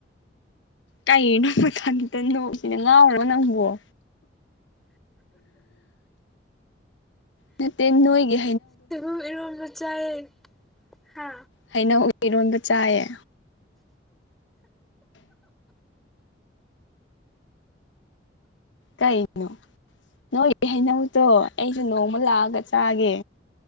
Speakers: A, on the left; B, in the centre.
A: ꯀꯅꯣ ꯃꯊꯟꯇ ꯅꯣꯛꯁꯤꯅ ꯉꯥꯎꯔꯣ ꯅꯪꯕꯨꯣ ꯅꯠꯇꯦ ꯅꯣꯏꯒ
B: ꯁꯤꯕꯨꯨꯝ ꯏꯔ ꯃꯖꯥꯏ ꯍꯥ
A: ꯍꯥꯏꯅ ꯎꯔꯣꯟꯕ ꯆꯥꯏꯌꯦ ꯀꯩꯅꯣ ꯅꯣꯏꯒꯤ ꯍꯩꯅꯧꯗꯣ ꯑꯩꯁꯨ ꯅꯣꯡꯃ ꯂꯥꯛꯑꯒ ꯆꯥꯒꯦ